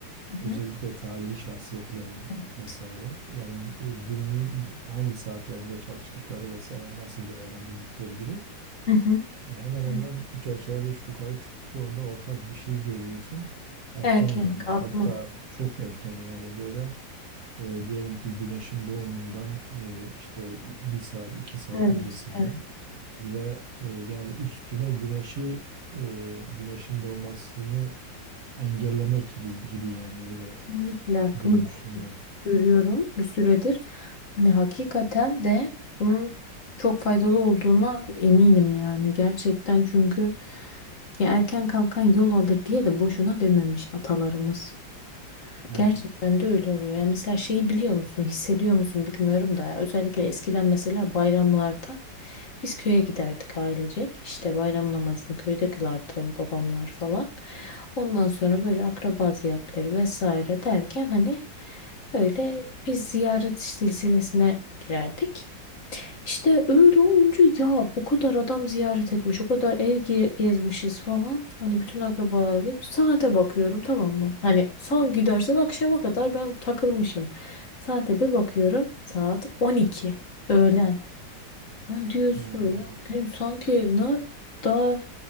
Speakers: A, on the left; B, on the right.
A: Hı
B: özellikle
A: hı.
B: tarihi şahsiyetlerin
A: Evet.
B: vesaire yani e, gününün hangi saatlerinde çalıştıkları vesaire nasıl değerlendirdikleri gibi.
A: Hı hı.
B: Ve hemen hemen
A: Evet.
B: üç aşağı beş yukarı ço- çoğunda ortak bir şey görüyorsun. Erken
A: Erken
B: uyanmak
A: kalkma.
B: hatta çok erken yani böyle e, diyelim ki güneşin doğumundan e, işte bir saat iki saat
A: Evet,
B: öncesinden
A: evet.
B: ve e, yani üstüne güneşi e, güneşin doğmasını engellemek gibi gibi yani öyle
A: Kesinlikle
B: duymuştum
A: bunu ben
B: ben.
A: de görüyorum bir süredir. Hani hakikaten de bunun çok faydalı olduğuna eminim yani gerçekten çünkü ya erken kalkan yol alır diye de boşuna dememiş atalarımız. Gerçekten
B: Aynen.
A: de öyle oluyor. Ya mesela şeyi biliyor musun, hissediyor musun bilmiyorum da ya. Özellikle eskiden mesela bayramlarda biz köye giderdik ailecek. İşte bayram namazını köyde kılardı babamlar falan. Ondan sonra böyle akraba ziyaretleri vesaire derken hani öyle bir ziyaret silsilesine girerdik. İşte öyle olunca ya bu kadar adam ziyaret etmiş, o kadar ev ge- gezmişiz falan. Hani bütün akrabalar hep saate bakıyorum tamam mı? Hani son gidersin akşama kadar ben takılmışım. Saate bir bakıyorum saat 12 öğlen. Yani diyorsun
B: Yani
A: ya gün sanki ne daha